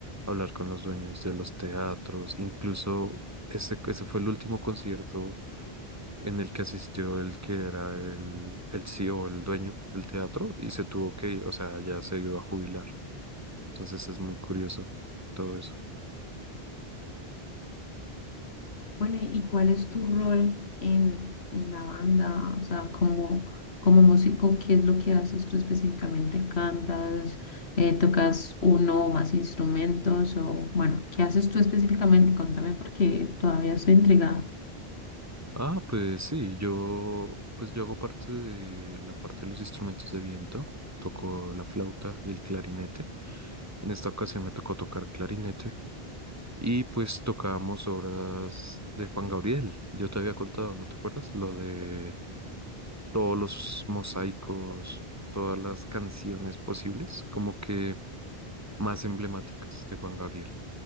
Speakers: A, on the right; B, on the left.
A: hablar con los dueños de los teatros, incluso ese, ese fue el último concierto en el que asistió el que era el, el CEO, el dueño del teatro, y se tuvo que ir, o sea, ya se iba a jubilar. Entonces es muy curioso todo eso.
B: Bueno, ¿y cuál es tu rol en, en la banda? O sea, como, como músico, ¿qué es lo que haces tú específicamente? ¿Cantas? eh, ¿tocas uno o más instrumentos? O bueno, ¿qué haces tú específicamente? Contame porque todavía estoy intrigada.
A: Ah, pues sí, yo, pues yo hago parte de la parte de los instrumentos de viento, toco la flauta y el clarinete. En esta ocasión me tocó tocar clarinete y pues tocábamos obras de Juan Gabriel. Yo te había contado, ¿no te acuerdas? Lo de todos los mosaicos, todas las canciones posibles, como que más emblemáticas de Juan Gabriel.